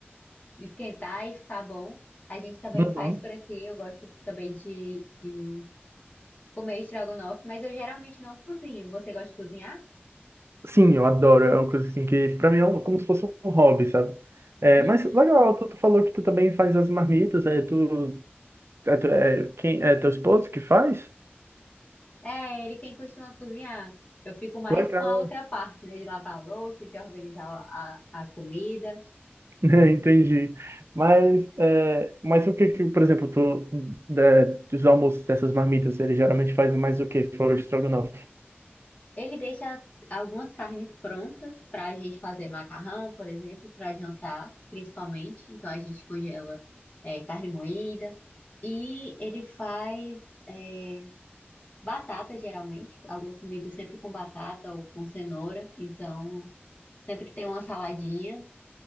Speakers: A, on the left (about 40°); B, on the right (about 80°).
A: de esquentar e ficar bom. A gente também
B: Uhum.
A: faz por aqui. Eu gosto também de, de comer estrogonofe, mas eu geralmente não cozinho. Você gosta de cozinhar?
B: Sim, eu adoro, é uma coisa assim que pra mim é um- como se fosse um hobby, sabe? É,
A: Uhum.
B: mas legal, tu, tu falou que tu também faz as marmitas, é tu, é, tu- é quem, é teu esposo que faz?
A: É, ele quem costuma cozinhar. Eu fico mais
B: Legal.
A: com a outra parte, né? De lavar a louça, de organizar a, a a comida.
B: <laughs> Entendi. Mas, é, mas o que, que, por exemplo, tu, da- dos almoços dessas marmitas, eles geralmente fazem mais o que? Fora o estrogonofe.
A: Ele deixa algumas carnes prontas para a gente fazer macarrão, por exemplo, para jantar, principalmente. Então a gente congela é, carne moída. E ele faz é, batata, geralmente, alguma comida sempre com batata ou com cenoura. Então sempre tem uma saladinha.